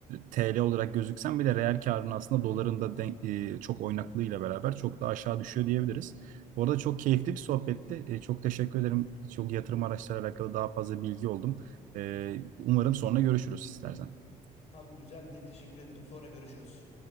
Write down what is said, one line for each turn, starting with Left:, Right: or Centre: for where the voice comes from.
Right: TL olarak gözüksen bile reel karın aslında doların da denk- e, çok oynaklığıyla beraber çok daha aşağı düşüyor diyebiliriz. Bu arada çok keyifli bir sohbetti. E, çok teşekkür ederim. Çok yatırım araçları alakalı daha fazla bilgi oldum. E, umarım sonra görüşürüz istersen.
Left: Abi güzel de teşekkür ederim. Sonra görüşürüz.